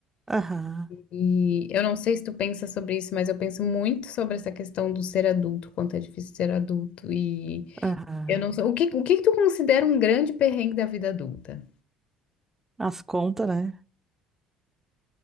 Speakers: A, on the right; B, on the left.
A: aham,
B: E eu não sei se tu pensa sobre isso, mas eu penso muito sobre essa questão do ser adulto, quanto é difícil ser adulto e...
A: aham.
B: Eu não sou. O que, o que que tu considera um grande perrengue da vida adulta?
A: As contas, né?